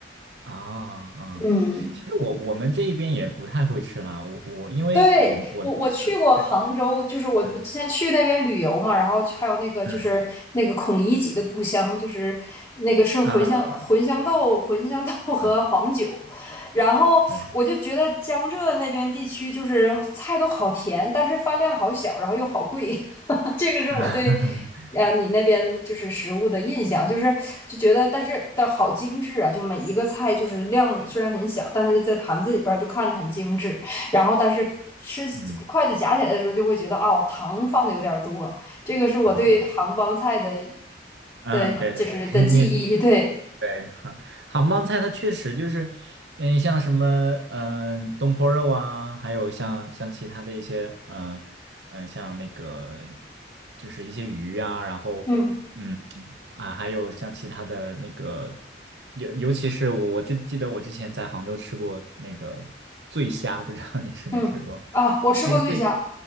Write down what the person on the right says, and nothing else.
啊、啊，
其实我我们这一边也不太会吃辣，我我因为我我的对对
嗯
嗯
啊啊
啊
啊
啊嗯 <laughs> 嗯啊 <laughs>
嗯
啊嗯啊，
嗯，对对对，
<laughs> 你
对，杭杭帮菜它确实就是，嗯，像什么，嗯、东坡肉啊，还有像像其他的一些，嗯、嗯、像那个就是一些鱼啊，然后，
嗯啊，还有像其他的那个，尤尤其是我我就记得我之前在杭州吃过那个醉虾，不知道你吃没吃过？
那个醉